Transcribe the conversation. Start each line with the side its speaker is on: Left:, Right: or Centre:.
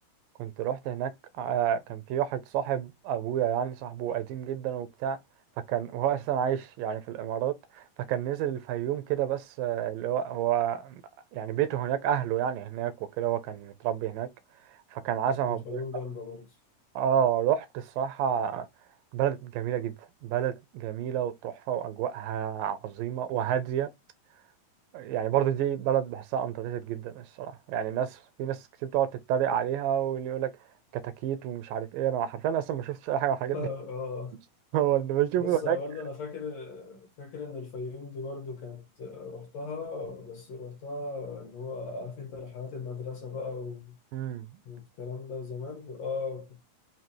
Right: كنت رحت هناك آه، كان في واحد صاحب ابويا يعني صاحبه قديم جدا وبتاع فكان <laughs> وهو اساسا عايش يعني في الامارات فكان نزل الفيوم كده بس آه، اللي هو هو يعني بيته هناك اهله يعني هناك وكده هو كان متربي هناك فكان عزم ابويا
Left: والفيوم جامدة برضه
Right: اه رحت الصراحه بلد جميله جدا بلد جميله وتحفه واجواءها عظيمه وهاديه يعني برضه دي بلد بحسها underrated جدا الصراحة يعني ناس في ناس كتير بتقعد تتريق عليها واللي يقول لك كتاكيت ومش عارف ايه انا حرفيا اصلا ما شفتش اي حاجة من الحاجات
Left: <laughs> آه
Right: دي <laughs> هو اللي بشوفه
Left: بص أنا
Right: هناك
Left: برضه أنا فاكر فاكر إن الفيوم دي برضه كانت رحتها بس رحتها اللي هو عارف أنت رحلات المدرسة بقى و-
Right: امم
Left: والكلام ده زمان آه